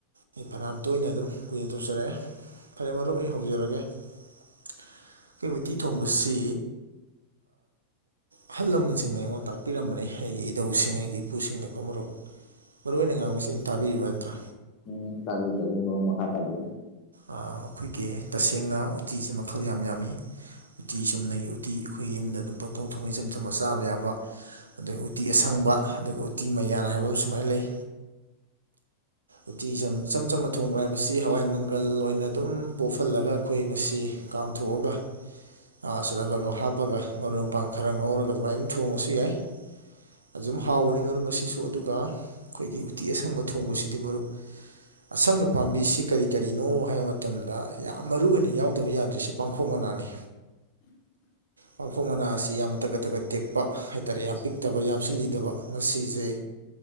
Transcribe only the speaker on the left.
ꯎꯝ ꯆꯒꯤ ꯇ ꯃꯈ ꯈꯥ ꯇꯥꯕꯤꯦ
<unintelligible>
<unintelligible>